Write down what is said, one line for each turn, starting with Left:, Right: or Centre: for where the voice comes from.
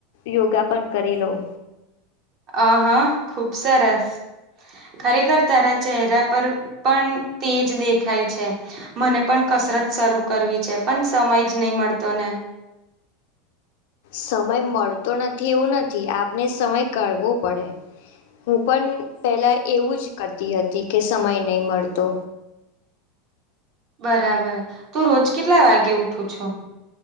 Left: યોગા પણ કરી લઉં.
Right: અ હા ખુબ સરસ. ખરેખર તારા ચહેરા પર પણ તેજ દેખાય છે. મને પણ કસરત શરૂ કરવી છે પણ સમય જ નહી મળતો ને.
Left: સમય મળતો નથી એવું નથી આપને સમય કાઢવો પડે. હું પણ પેલા એવું જ કરતી હતી કે સમય નહી મળતો.
Right: બરાબર તું રોજ કેટલા વાગે ઉઠું છું.